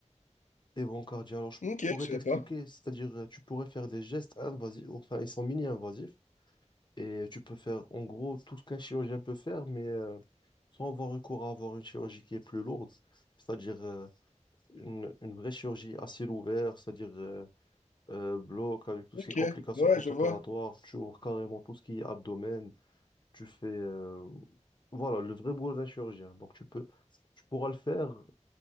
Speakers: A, on the left; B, on the left.
A: Et bon, cardio, alors je
B: Ok,
A: pourrais
B: je
A: t'expliquer.
B: sais pas.
A: C'est-à-dire, euh, tu pourrais faire des gestes invasifs, enfin, ils sont mini-invasifs. Et tu peux faire, en gros, tout ce qu'un chirurgien peut faire, mais euh, sans avoir recours à avoir une chirurgie qui est plus lourde. C'est-à-dire euh, une, une vraie chirurgie à ciel ouvert, c'est-à-dire. euh, euh, bloc, avec tout
B: Ok,
A: ce qui est complications
B: ouais,
A: post-opératoires,
B: je vois.
A: tu ouvres carrément tout ce qui est abdomen, tu fais... euh, Voilà, le vrai boulot d'un chirurgien. Donc tu peux, tu pourras le faire,